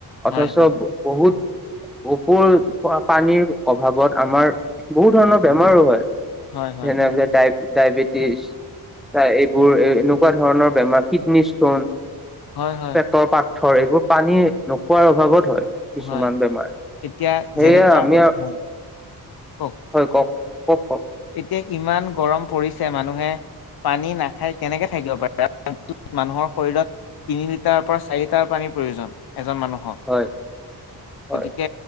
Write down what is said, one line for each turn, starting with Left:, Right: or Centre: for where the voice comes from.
Centre: অথচ
Left: হয় হয়
Centre: বহুত। পানীৰ অভাৱত আমাৰ বহুত ধৰণৰ বেমাৰো হয়।
Left: হয় হয়
Centre: যেনেকে দায়। ডায়েবেটিছ এইবোৰ এনেকুৱা ধৰণৰ বেমাৰ কিডনী ষ্টোন।
Left: হয় হয়
Centre: পেটৰ পাথৰ এইবোৰ পানী নোখোৱাৰ অভাৱত হয় কিছুমান
Left: হয়
Centre: বেমাৰ।
Left: এতিয়া
Centre: সেয়ে
Left: যেনেকুৱা
Centre: আমি
Left: হয়। কওক
Centre: হয় কওক কওক কওক
Left: এতিয়া ইমান গৰম পৰিছে মানুহে। পানী নাখাই কেনেকে থাকিব পাৰে মানুহৰ শৰীৰত তিনি লিটাৰৰ পৰা চাৰি লিটাৰ পানী। প্ৰয়োজন। এজন মানুহক
Centre: হয় হয়
Left: গতিকে